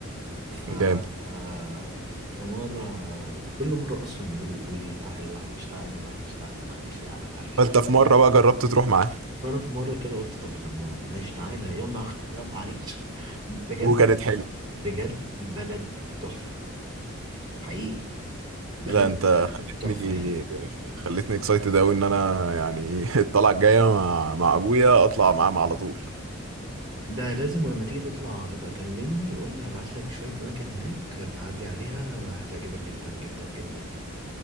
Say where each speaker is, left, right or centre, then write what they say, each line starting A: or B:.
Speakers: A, on the right; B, on the right.
A: ف
B: جامد
A: آه، فمرة كل مرة أصلا يقعدوا يقولوا لي تعالى العريش تعالى العريش تعالى العريش تعالى العريش
B: فانت في مره بقى جربت تروح معاه
A: فأنا في مرة كده قلت طب خ- يعني ماشي تعالى يلا <laughs> يلا عريش بجد
B: وكانت حلوه
A: بجد بلد تحفة حقيقي بلد
B: لا انت
A: آه،
B: خلتني
A: تحفة يعني
B: خلتني اكسايتد قوي ان انا يعني <laughs> الطلعه الجايه مع مع ابويا اطلع معاه على طول
A: ده لازم ولما تيجي تطلع ابقى كلمني قول لي ابعت لك شوية أماكن هناك ابقى عدي عليها هتعجبك جدا جدا جدا يعني